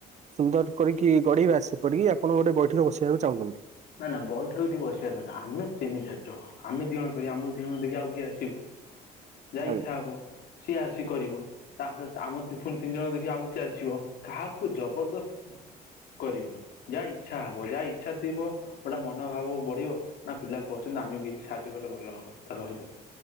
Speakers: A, on the right; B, on the left.
A: ସୁନ୍ଦର କରିକି ଗଢେଇବା ସେପଟିକି ଆପଣ ଗୋଟେ ବୈଠକ ବସିବାକୁ ଚାହୁଁଛନ୍ତି।
B: ନା ନା ବୈଠକ ଏଠି ବସିବାକୁ ନା ଆମେ ତିନି ଚାରି ଜଣ ଆମେ ଦିଅଣ କରିବା ଆମ ଦିଅଣ ଦେଖି ଆଉ କିଏ ଆସିବ ଯାହା
A: ଆଜ୍ଞା
B: ଇଚ୍ଛା ହବ। ସିଏ ଆସି କରିବ। ତା ଆମର ପୁଣି ତିନି ଜଣ ଦେଖି ଆଉ କି ଆସିବ କାହାକୁ ଜବରଦସ୍ତ କରିବନି ଯାହା ଇଚ୍ଛା ହବ ଯାହା ଇଚ୍ଛା ଥିବ ଗୋଟା ମନୋଭାବ ବଢିବ ନା ପିଲା କରୁଛନ୍ତି ଆମେ ବି କିଛି ସାହାଯ୍ୟ କଲେ ଭଲ ହବ ତାଙ୍କ ସହିତ।